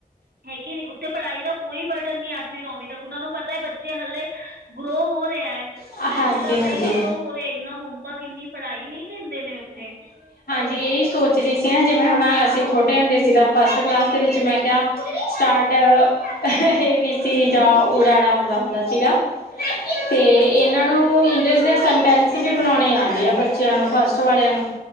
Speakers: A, on the right; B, on the left.
A: ਹੈਗੀ ਨਹੀਂ ਉੱਥੇ ਪੜ੍ਹਾਈ ਦਾ ਕੋਈ ਬਰਡਨ ਨੀ ਅਠਵੀ ਨੌਵੀਂ ਤੱਕ ਉਹਨਾਂ ਨੂੰ ਪਤਾ ਬੱਚੇ ਹਲੇ ਗਰੋ ਹੋ ਰਿਹਾ ਐ
B: ਹਾਂਜੀ
A: ਬੱਚੇ ਦਾ
B: ਹਾਂਜੀ
A: ਬ੍ਰੇਨ ਗਰੋ ਹੋ ਰਿਹਾ ਇੰਨਾ ਹੋਮਵਰਕ ਇੰਨੀ ਪੜ੍ਹਾਈ ਨਹੀਂ ਦਿੰਦੇ ਨੇ ਉੱਥੇ
B: ਜੀ ਇਹੀ ਸੋਚਦੀ ਸੀ ਨਾ ਜਿਵੇਂ ਹੁਣ ਅਸੀਂ ਛੋਟੇ ਹੁੰਦੇ ਸੀ ਤਾਂ ਫਸਟ ਕਲਾਸ ਦੇ ਵਿੱਚ ਮੈਂ ਕਿਹਾ ਸਟਾਰਟ ਇਹ ਏ ਬੀ ਸੀ ਜਾਂ ਉ ਅ ਹੁੰਦਾ
A: ਹਾਂਜੀ
B: ਹੁੰਦਾ ਸੀਗਾ ਤੇ ਇਹਨਾਂ ਨੂੰ ਇੰਗਲਿਸ਼ ਦੇ ਸਟੈਂਸ ਵੀ ਬਣਾਉਣੇ ਆ ਗਦੇ ਆ ਬੱਚਿਆਂ ਨੂੰ ਫਸਟ ਵਾਲਿਆਂ ਨੂੰ